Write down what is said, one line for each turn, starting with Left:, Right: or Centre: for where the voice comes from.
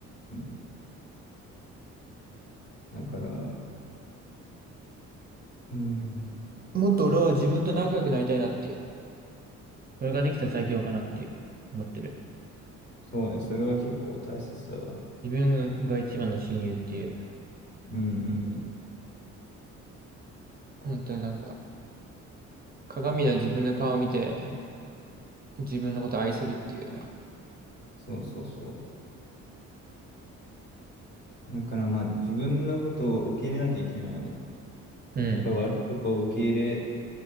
Left: ん、うん。だから、うん、
Right: もっと俺は自分と仲良くなりたいなっていう。それができたら最強かなっていう、思ってる。
Left: そうね、それは結構大切だわ。
Right: 自分が一番の親友っていう。
Left: うん、うん。
Right: 本当になんか、鏡の自分の顔を見て、自分のことを愛せるっていう。
Left: そうそうそう。だからまあ自分のことを受け入れなきゃいけないよね。
Right: うん、
Left: やっぱり悪いとこを受け入れ